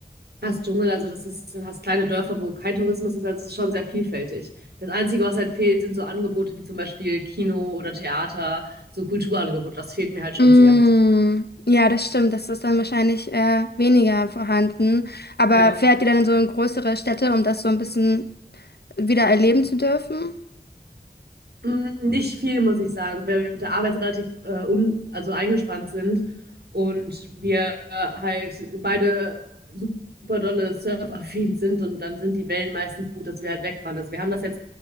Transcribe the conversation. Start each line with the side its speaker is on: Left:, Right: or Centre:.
Right: fast Dschungel, also das ist du hast kleine Dörfer, wo kein Tourismus ist, also es ist schon sehr vielfältig. Das Einzige, was halt fehlt, sind so Angebote wie zum Beispiel Kino oder Theater, so Kulturangebote. Das fehlt mir halt schon
Left: Mm.
Right: sehr, muss ich sagen.
Left: Ja, das stimmt. Das ist dann wahrscheinlich äh, weniger vorhanden. Aber
Right: Ja.
Left: fährt ihr dann in so in größere Städte, um das so ein bisschen wieder erleben zu dürfen?
Right: Mm, Nicht viel, muss ich sagen, weil wir mit der Arbeit relativ äh, un also eingespannt sind und wir äh, halt beide super dolle surfaffin sind und dann sind die Wellen meistens gut, dass wir halt wegfahren. Also wir haben das jetzt